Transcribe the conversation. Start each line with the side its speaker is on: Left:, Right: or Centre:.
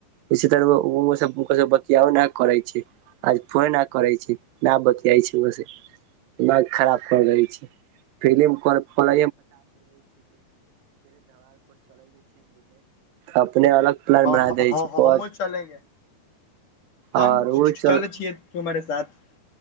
Right: इसी तर <unintelligible> बतियाबो ना करै छै आज फोने ना करै छै ना बतियाइ छै उनका से दिमाग खराब कर देइ छै <unintelligible> छै देखे अपने अलग प्लान
Left: अऽ
Right: बना
Left: हँ
Right: दै
Left: हँ
Right: छै
Left: हँ हमहुँ चलेंगे हम
Right: आओर
Left: च्चुचलै
Right: ओ चल
Left: छियै क्यू मरे साथ